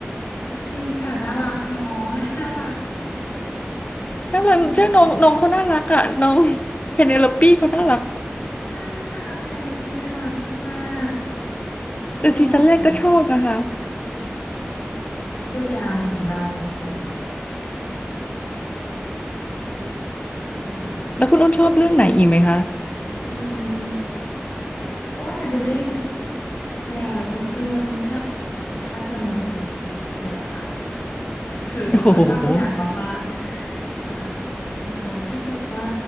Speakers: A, on the left (about 60°); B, on the left (about 35°).
A: จริงค่ะ น่ารักเนาะน่ารักน่ารักมากค่ะ
B: น่ารักใช่น้องน้องเขาน่ารักอ่ะน้อง <laughs> เพเนโลอปี้เขาน่ารัก
A: ใช่ค่ะเป็นเอลปีน่ารักมากๆชอบค่ะ
B: แต่ซีซั่นแรกก็ชอบนะคะ
A: Whistle Down ของเราดีค่ะ
B: แล้วคุณอ้นชอบเรื่องไหนอีกไหมคะ
A: คืออืม คืออ้นน่ะดูได้ทุกแนวทุกเรื่องแทบดูแทบจะหมด Netflix เลยอะค่ะ <laughs> คือเป็นคนชอบดูหนังมากๆค่ะ
B: โอ้โห
A: เอ่อถ้าเกิดว่า